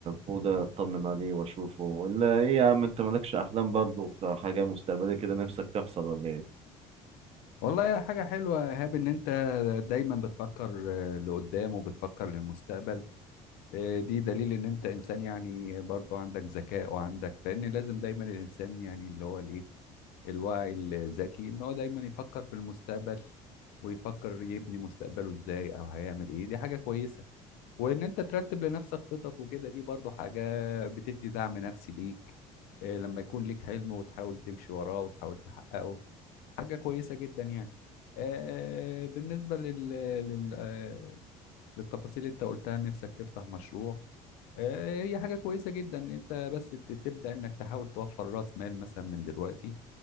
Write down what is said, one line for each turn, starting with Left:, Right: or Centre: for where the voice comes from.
Right: بهدى أطمن عليه وأشوفه ولا إيه يا عم أنت مالكش أحلام برضه في حاجة مستقبلية كده نفسك تحصل ولا إيه؟
Left: والله يا حاجه حلوه يا ايهاب ان انت دايما بتفكر آه، لقدام وبتفكر للمستقبل آه، دي دليل ان انت انسان يعني برضو عندك ذكاء وعندك لان لازم دايما الانسان يعني اللي هو الايه الواعي الذكي ان هو دايما يفكر في المستقبل ويفكر يبني مستقبله ازاي او هيعمل ايه دي حاجه كويسه وان انت ترتب لنفسك خطط وكده دي برضو حاجة بتدي دعم نفسي ليك آه، لما يكون ليك حلم وتحاول تمشي وراه وتحاول تحققه حاجة كويسة جدا يعني آه، بالنسبة لل... لل... آه، للتفاصيل اللي انت قلتها نفسك تفتح مشروع آه، هي حاجة كويسة جدا ان انت بس ت- تبدأ انك تحاول توفر راس مال مثلا من دلوقتي